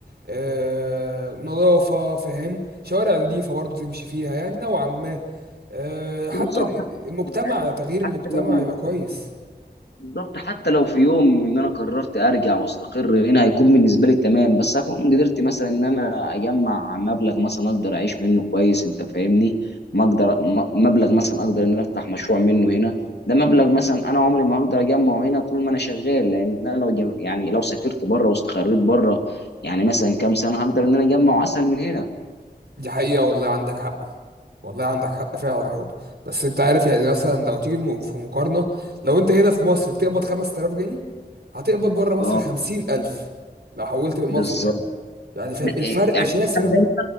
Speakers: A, on the right; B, on the left.
A: آه، نظافه فاهم شوارع نظيفه برضه تمشي فيها يعني نوعا ما آه، حتى
B: بالظبط
A: المجتمع
B: يعني
A: تغيير المجتمع
B: حتى لو
A: يبقى كويس
B: بالظبط حتى لو في يوم ان انا قررت ارجع واستقر هنا هيكون بالنسبه لي تمام بس هكون قدرت مثلا ان انا اجمع مبلغ مثلا اقدر اعيش منه كويس انت فاهمني ما اقدر م- مبلغ مثلا اقدر ان انا افتح مشروع منه هنا ده مبلغ مثلا انا عمري ما هقدر اجمعه هنا طول ما انا شغال لان انا لو جم... يعني لو سافرت بره واستقريت بره يعني مثلا كام سنه هقدر ان انا اجمعه اسهل من هنا
A: دي حقيقة والله عندك حق والله عندك حق فعلا يا حوده بس انت عارف يعني مثلا لو تيجي م- في مقارنة لو انت هنا في مصر بتقبض 5000 جنيه هتقبض بره مصر
B: اه
A: 50000 لو حولت بالمصري
B: بالظبط
A: يعني يعني فاهم
B: لا،
A: الفرق
B: إيه، يعني
A: شاسع
B: انا دايما